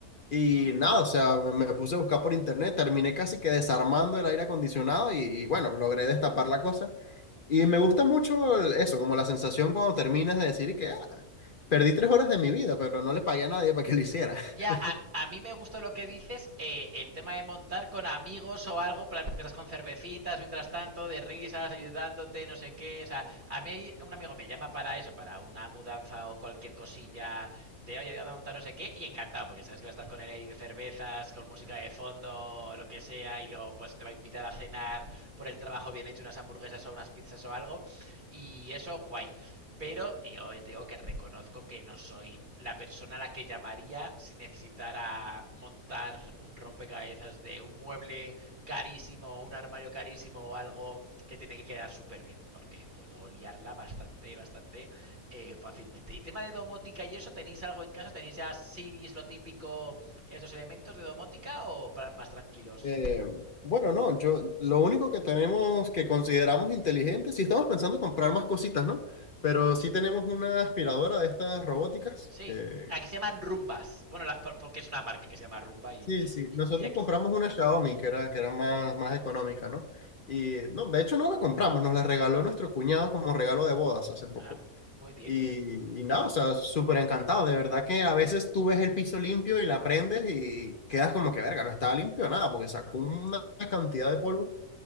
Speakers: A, on the left (about 50°); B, on the right (about 35°).
A: Y
B: ¿Mm?
A: nada, o sea, me, me puse a buscar por internet, terminé casi que desarmando el aire acondicionado y, y bueno, logré destapar la cosa. Y me gusta mucho el- eso, como la sensación cuando terminas de decir que "Ah, perdí tres horas de mi vida, pero no le pagué a nadie para que lo hiciera.
B: Ya,
A: <laughs>
B: a, a mí me gustó lo que dices, eh, el tema de montar con amigos o algo, plan, porque estás con cervecitas mientras tanto, de risas, ayudándote, no sé qué. O sea, a mí un amigo me llama para eso, para una mudanza o cualquier cosilla de, oye, ayúdame a montar no sé qué, y encantado, porque sabes que va a estar con él ahí de cervezas, con música de fondo, o lo que sea, y luego pues te va a invitar a cenar por el trabajo bien hecho, unas hamburguesas o unas pizzas o algo. Y eso, guay. Pero yo ya te digo que reconozco que no soy la persona a la que llamaría si necesitara montar un rompecabezas de un mueble carísimo, un armario carísimo o algo que tiene que quedar súper bien, porque puedo liarla bastante, bastante eh, fácilmente. Y tema de domótica y eso, ¿tenéis algo en casa? ¿Tenéis ya series, lo típico, estos elementos de domótica o plan más tranquilos?
A: Eh, bueno, no, yo lo único que tenemos que consideramos inteligente, si estamos pensando en comprar más cositas, ¿no? Pero sí tenemos una aspiradora de estas robóticas
B: Sí,
A: que,
B: Aquí se llaman rumbas. Bueno, la- porque es una marca que se llama rumba y,
A: Sí, sí.
B: y-
A: Nosotros
B: y aquí
A: compramos una Xiaomi que era, que era más, más económica, ¿no? Y no, de hecho no la compramos, nos la regaló nuestro cuñado como regalo de bodas hace poco.
B: Ah, muy bien.
A: Y, y nada, o sea, súper encantado. De verdad que a veces tú ves el piso limpio y la prendes y quedas como que, verga, no estaba limpio nada porque sacó una cantidad de polvo.